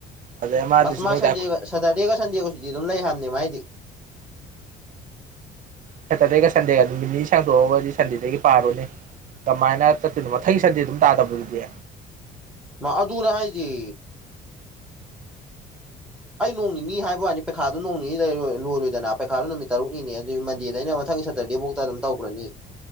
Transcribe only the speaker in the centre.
ꯑꯁ ꯃꯥ
ꯁꯟꯗꯦꯒ ꯁꯦꯇꯔꯗꯦꯒ ꯁꯟꯗꯦꯒꯁꯨꯗꯤ ꯑꯗꯨꯝ ꯂꯩ ꯍꯥꯏꯕꯅꯦ ꯃꯥꯥꯏꯗꯤ
ꯃꯥ ꯑꯗꯨ ꯔꯦꯖꯤ ꯑꯩ ꯅꯣꯡ ꯅꯤꯅꯤ ꯍꯥꯏꯕ ꯋꯥꯅꯤ ꯄꯩꯈꯥꯣ ꯅꯣꯡ ꯅꯤ ꯂꯩꯔꯣꯏ ꯂꯣꯏꯔꯣꯏꯗꯅ ꯄꯩꯈꯥꯗꯨꯣ ꯅꯨꯃꯤꯠ ꯇꯔꯨꯛꯅꯤ ꯑꯗꯨꯏ ꯃꯟꯗꯩꯅ ꯃꯊꯪ ꯃꯊꯪ ꯁꯦꯇꯔꯗꯦꯐꯧꯗ ꯑꯗꯨꯝ ꯇꯧꯈ꯭ꯔꯅꯤ